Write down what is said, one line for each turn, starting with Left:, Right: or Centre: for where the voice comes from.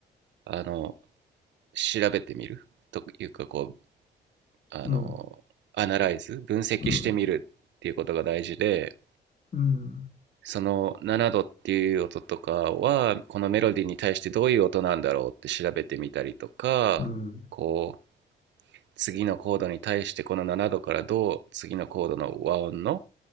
Right: あの、調べてみるというか、こう、あの、
Left: うん。
Right: アナライズ、分析してみるっていうことが大事で、
Left: うん。うん。
Right: その7度っていう音とかはこのメロディーに対してどういう音なんだろうって調べてみたりとかこ
Left: うん。
Right: う次のコードに対してこの7度からどう次のコードの和音の